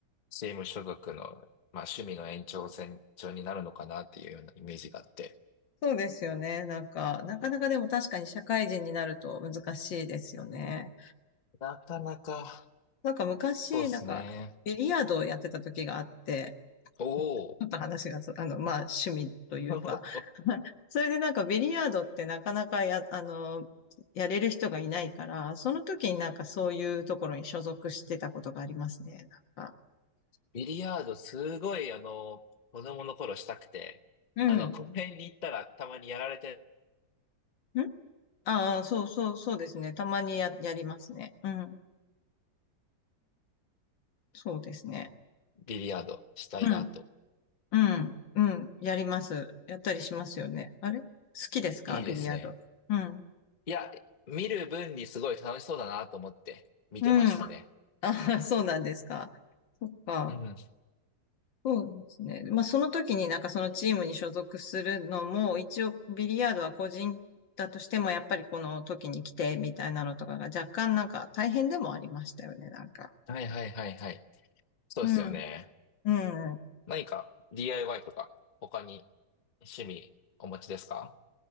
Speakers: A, on the left; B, on the left.
A: チーム所属の、まあ趣味の延長線上になるのかなっていうようなイメージがあって。
B: そうですよね。なんか、なかなかでも確かに社会人になると難しいですよね。
A: なかなか、
B: なんか昔、
A: そうですね。
B: なんか、ビリヤードをやってた時があって、
A: おお。
B: ちょっと話がそ、あの、まあ、趣味というか。
A: <laughs>
B: <laughs> それでなんかビリヤードってなかなかや、あの、やれる人がいないから、その時になんかそういうところに所属してたことがありますね。なんか。
A: ビリヤードすごい、あの、子供の頃したくて、
B: う
A: あの、公園に行ったらたまにやられて
B: ん。んああー、そうそう、そうですね。たまにや、やりますね。うん。そうですね。
A: ビリヤードしたいなと。
B: うん。うん。うん。やります。やったりしますよね。あれ好きですかビリヤード。
A: いいですね。
B: うん。
A: いや、見る分にすごい楽しそうだなと思って見てましたね。
B: うん。ああ、<laughs> そうなんですか。そっか。
A: うん。
B: そうですね。まあ、その時になんかそのチームに所属するのも、一応ビリヤードは個人だとしても、やっぱりこの時に来てみたいなのとかが若干なんか大変でもありましたよね、なんか。
A: はいはいはいはい。そうですよね。
B: うん。うん。
A: 何か DIY とか他に趣味お持ちですか